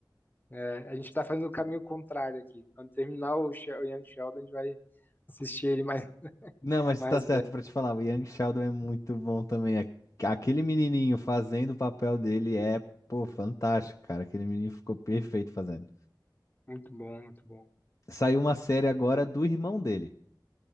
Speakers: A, on the left; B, on the left.
A: é, a gente tá fazendo o caminho contrário aqui. Quando terminar o, She- o Young Sheldon, a gente vai assistir ele mais,
B: Não, mas
A: mais
B: tá certo
A: velho.
B: pra te falar, o Young Sheldon é muito bom também. A- Aquele menininho fazendo o papel dele é, pô, fantástico, cara. Aquele menino ficou perfeito fazendo.
A: Muito bom, muito bom.
B: Saiu uma série agora do irmão dele,